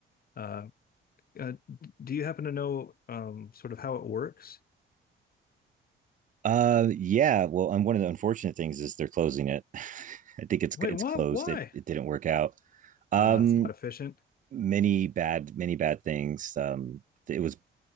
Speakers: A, on the left (about 50°); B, on the right (about 40°).
A: Uh, uh, do you happen to know um, sort of how it works?
B: Uh, yeah. Well, and one of the unfortunate things is they're closing it. <laughs> I think it's
A: Wait,
B: it's
A: what?
B: closed.
A: Why?
B: It it didn't work out. Um,
A: Uh, it's not efficient.
B: many bad many bad things. Um, it was